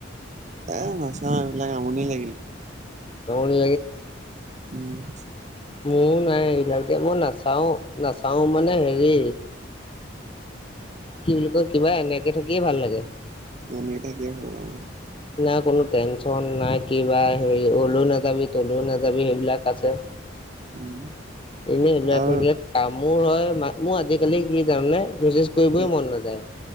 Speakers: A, on the right; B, on the left.
A: এ, নাচাওঁ এইবিলাক আমনি লাগিল।
B: আমনি
A: উম,
B: মোৰ নাই এইবিলাক দে মই নাচাও, নাচাও মানে হেৰি কি বুলি কয়, কিবা এনেকে থাকিয়ে ভাল লাগে।
A: এনেই থাকিয়ে ভাল লাগে।
B: না কোনো টেনচন না কিবা হেৰি অলৈ নাযাবি তলৈ নাযাবি সেইবিলাক আছে।
A: উম
B: এনে এইবিলাক
A: আৰু
B: থাকিলে কাম মোৰ হয়, মোৰ আজিকালি কি জাননে মেছেজ কৰিবই
A: কি
B: মন নাযায়।